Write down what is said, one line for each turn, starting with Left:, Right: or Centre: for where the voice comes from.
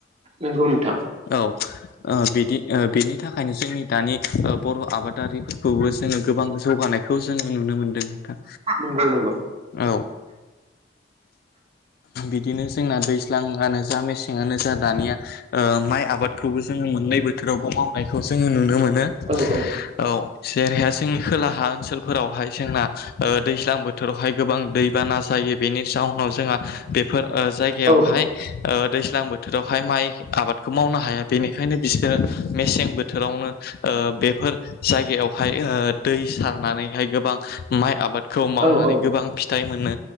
Right: नंगौ नोंथां
Left: औ। ओ बिदि बेनि थाखायनो जोंनि दानि बर' आबादारिफोरखौबो जोङो गोबां जौगानायखौ जों नुनो मोनदों। नोंथां
Right: नंगौ नंगौ।
Left: औ बिदिनो जोंना दैज्लांङानो जा मेसें आनो जा दानिया ओ माइ आबादखौबो जोङो मोननै बोथोरावबो माव नायखौ जोङो नुनो मोनो।
Right: औ औ
Left: औ जेरैहाय जोंनि खोलाहा ओनसोलफोरावहाय जोंना दैज्लां बोथोरावहाय गोबां दैबाना जायो बेनि जाउनाव जोंहा बेफोर ओ जायगायावहाय
Right: औ औ
Left: ओ दैज्लां बोथोरावहाय माइ आबादखौ मावनो हाया। बेनिखायनो बिसोरो मेसें बोथोरावनो ओ बेफोर जायगायावहाय ओ दै सारनानैहाय गोबां माइ आबाद खौ मावनानै
Right: औ औ
Left: गोबां फिथाइ मोनो